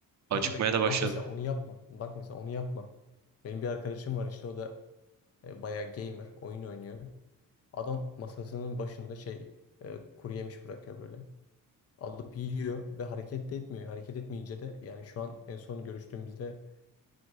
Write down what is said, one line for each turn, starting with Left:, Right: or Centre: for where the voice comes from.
Left: Ha
Right: Acıkmaya
Left: bak,
Right: da
Left: bak
Right: başladım.
Left: mesela onu yapma. Bak mesela onu yapma. Benim bir arkadaşım var işte o da e, bayağı gamer, oyun oynuyor. Adam masasının başında şey e, kuru yemiş bırakıyor böyle. Alıp yiyor ve hareket de etmiyor. Hareket etmeyince de yani şu an en son görüştüğümüzde